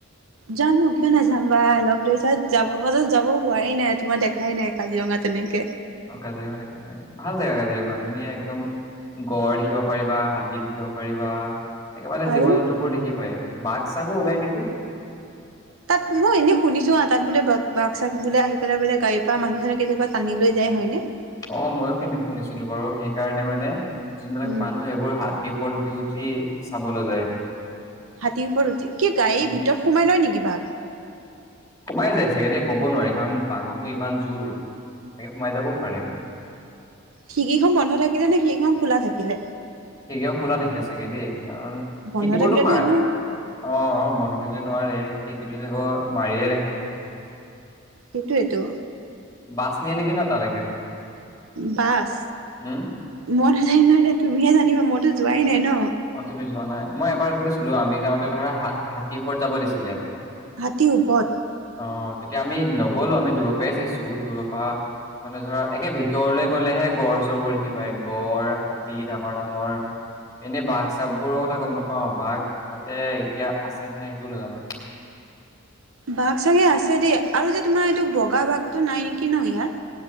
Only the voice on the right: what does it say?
যাম কিয় নাযাম বা অলপ দেৰি তাত যাব মাজত যাব হোৱাই নাই তোমাৰ দেখাই নাই কাজিৰঙা তেনেকে
আৰু
তাত মই এনেই শুনিছো তাত বোলে বাঘ চাগ বোলে আহিপেলাই বোলে গাড়ীৰ পৰা মানুহ চানো কেতিয়াবা টানি লৈ যায় হয় নে
উম
হাতীৰ উঠি কি গাড়ী
ভিতৰত সোমাই লয় নেকি বাঘ
খিৰিকীখন বন্ধ থাকিলে নে খিৰিকীখন খোলা থাকিলে
বন্ধ
থাকিলেতো
এনেও
সেইটোয়েতো
বাচ
মই নাজানিম ন এতিয়া তুমিয়ে জানিবা ম যোৱাই নাই ন
হাতী ওপৰত
বাঘ চাগে আছে দেই আৰু যে তোমাৰ এইটো বগা বাঘটো নাই নেকি ন ইয়াত?